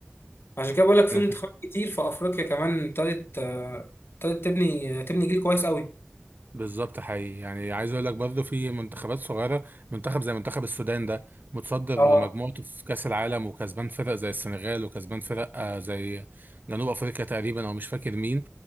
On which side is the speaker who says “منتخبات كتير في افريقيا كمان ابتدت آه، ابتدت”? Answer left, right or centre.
Left